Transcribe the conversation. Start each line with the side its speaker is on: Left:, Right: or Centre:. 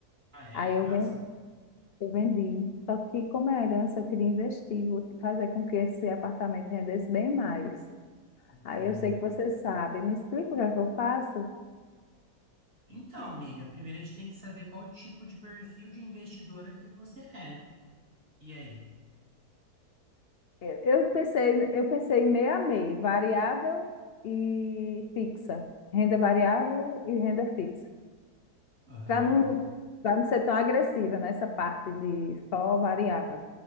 Right: Ah, é?
Left: Aí
Right: Que
Left: eu,
Right: massa.
Left: ven- eu vendi. Só que como é herança, eu queria investir, vou fazer com que esse apartamento rendesse bem mais.
Right: Entendo.
Left: Aí eu sei que você sabe. Me explica o que é que eu faço?
Right: Então, amiga, primeiro a gente tem que saber qual tipo de perfil de investidora que você é. E aí?
Left: Eu, eu pensei, eu pensei meio a meio, variável e fixa. Renda variável e renda fixa.
Right: Aham.
Left: Para não, para não ser tão agressiva nessa parte de só variável.